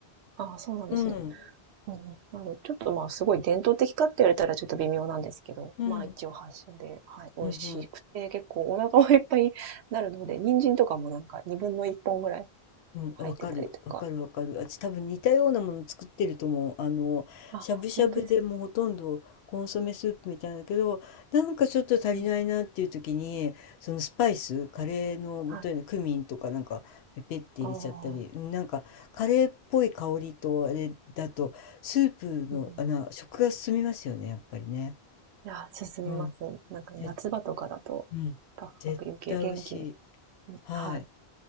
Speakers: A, on the right (about 85°); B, on the left (about 75°).
A: ああ、そうなんですね。
B: うん。
A: うんうん。なので、ちょっとまあ、すごい伝統的かって言われたらちょっと微妙なんですけど、
B: うん。
A: まあ一応発祥で、はい、美味しくて、
B: うんうん。
A: 結構お腹もいっぱいになるので、人参とかもなんか2分の1本ぐらい
B: うん、
A: 入ってたりとか。
B: わかる、わかる、わかる。私多分似たようなもの作ってると思う。あの、
A: あ、
B: しゃぶしゃぶでもうほとんどコンソメスープみたいなんだけど、
A: 本当ですか
B: なんかちょっと足りないなっていう時に、
A: うん。
B: そのスパイス、カレーの元にクミンとかなんかペペって入れちゃったり、
A: はい。ああ、
B: なんかカレーっぽい香りとあれだと、スープの、
A: うんうん。
B: あの、
A: い
B: 食が進みますよね、やっぱりね。
A: や、進みます。
B: うん、
A: なんか夏場とかだと、
B: ぜ、うん、
A: パクパク余計元気
B: 絶対美味しい。
A: に、
B: はい。
A: はい、